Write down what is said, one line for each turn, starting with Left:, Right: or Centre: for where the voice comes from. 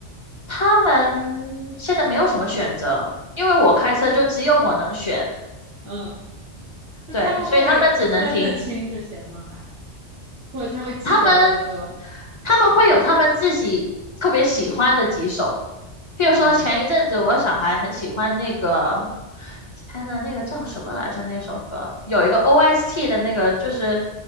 Left: 他们现在没有什么选择，
Right: 还，
Left: 因为我开车就只有我能选，
Right: 嗯，那他们会分得清这些吗？
Left: 对，所以他们只能听。
Right: 还，或者他会记得的歌，
Left: 他们他们会有他们自己特别喜欢的几首，譬如说前一阵子我小孩很喜欢那个，
Right: 嗯，
Left: 天呐，那个叫什么来着？那首歌有一个 OST 的那个，就是